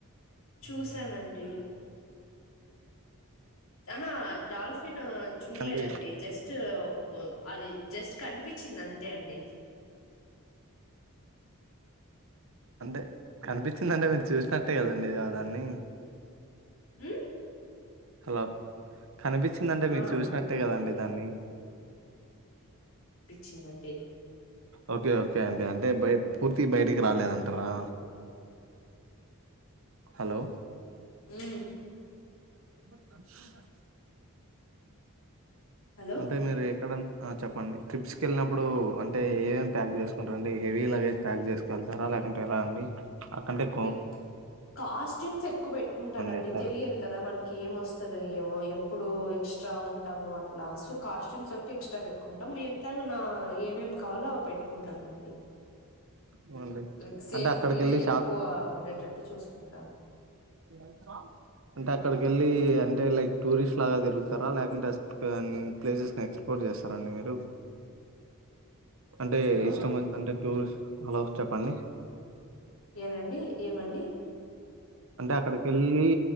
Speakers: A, on the left (about 65°); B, on the right (about 60°).
A: చూసానండి ఆహా డాల్ఫిన్ చూడలేదండి
B: అండి
A: జస్ట్ ఓ అది జస్ట్ కనిపిచింది అంతే అండి
B: అంటే కనిపించిందంటే మీరు చూసినట్టే కదండి ఆ దాన్ని
A: ఉం
B: హలో కనిపించిందంటే మీరు
A: ఆ
B: చూసినట్టే కదండి దాన్ని
A: చిందండి
B: ఓకే ఓకే అండి అంటే పూర్తి బయటికి రాలేదంటారా హలో
A: ఉం
B: బ
A: హలో
B: అంటే మీరు ఆ చెప్పండి ట్రిప్స్ కి వెళ్ళినప్పుడు అంటే ఏవేం ప్యాక్ చేసుకుంటారుండి హెవీ లగేజ్ ప్యాక్ చేసు వెళ్తారా లేకంటే ఎలా అండి అక్కంటే ఎక్కువ
A: లైక్ కాస్ట్యూమ్స్ ఎక్కువ పెట్టుకుంటానండి
B: చేస్తారా
A: తెలియదు కదా మనకి ఏమొస్తదో ఏమో ఇప్పుడు ఎ ఎక్స్ట్రా ఉంటామో అట్లా సో కాస్ట్యూమ్స్ ఒకటి ఎక్స్ట్రా పెట్టుకుంటాం మిగతా నా ఏమేమి కావాలో అ పె పెట్టుకుంటానండి
B: అవునండి
A: లైక్ సేఫ్టీ
B: అంటే అక్కడికి వెళ్ళి
A: ఎక్కువ
B: షాప్
A: ఉండేటట్టు చూసుకుంటా
B: <inaudible> అంటే అక్కడికి వెళ్ళి అంటే లైక్ టూరిస్ట్ లాగా తిరుగుతారా లేకుంటే ప్లేసెస్ ని ఎక్స్ప్లోర్ చేస్తారండి మీరు అంటే
A: హలో
B: ఇష్టం అంటే టూర్ అలా వ చెప్పండి
A: ఏనండి ఏమండి
B: అక్కడికి వెళ్ళి